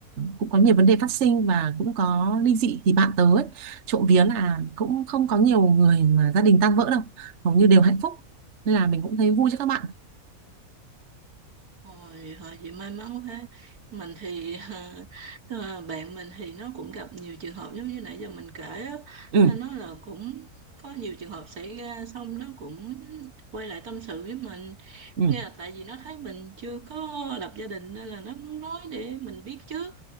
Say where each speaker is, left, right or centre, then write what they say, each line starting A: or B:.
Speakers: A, on the right; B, on the right.
A: cũng có nhiều vấn đề phát sinh và cũng có ly dị thì bạn tớ ấy. Trộm vía là cũng không có nhiều người mà gia đình tan vỡ đâu hầu như đều hạnh phúc nên là mình cũng thấy vui cho các bạn
B: Ôi, họ chị may mắn quá mình thì <laughs> ờ, bạn mình thì nó cũng gặp nhiều trường hợp giống như nãy giờ mình kể á
A: ừ
B: nên nó là cũng có nhiều trường hợp xảy ra xong nó cũng quay lại tâm sự với mình
A: ừ
B: có nghĩa
A: <laughs>
B: là tại vì nó thấy mình chưa có lập gia đình nên là nó muốn nói để mình biết trước